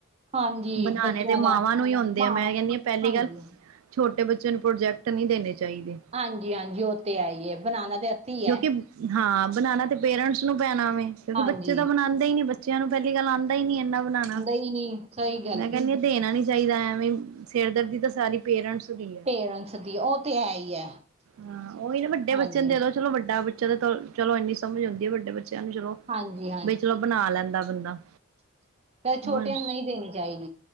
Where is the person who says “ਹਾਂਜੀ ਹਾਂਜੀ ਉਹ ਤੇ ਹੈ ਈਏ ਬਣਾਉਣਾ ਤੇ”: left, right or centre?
Right